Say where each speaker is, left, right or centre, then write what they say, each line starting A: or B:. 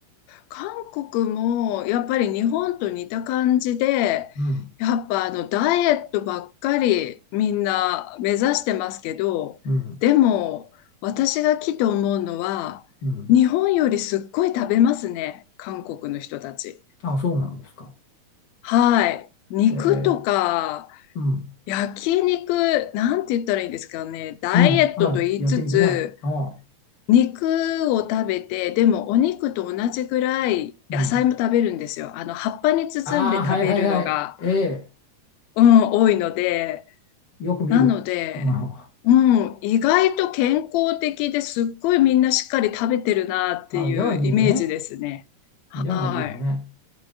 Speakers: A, on the left; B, on the left.
A: 韓国もやっぱり日本と似た感じで、
B: うん、
A: やっぱあのダイエットばっかりみんな目指してますけど、
B: うん、
A: でも私が来て思うのは、
B: うん。
A: 日本よりすっごい食べますね、韓国の人たち。
B: あ、そうなんですか。
A: はい。肉とか、
B: えー、うん、
A: 焼肉、なんて言ったらいいですかね。ダイエットと言いつつ、
B: うん。あ、焼肉ね。あ、
A: 肉を食べて、でもお肉と同じぐらい野菜も食べるんですよ。
B: うん。
A: あの、葉っぱに包んで食べるのが、
B: ああ、はいはいはい。え
A: うん、多いので、
B: ー、よく見る。
A: なので、
B: <laughs> あ
A: うん、意外と健康的ですっごいみんなしっかり食べてるなっていうイメージですね。
B: あ、じゃあいいね。
A: はい。
B: じゃあいいね。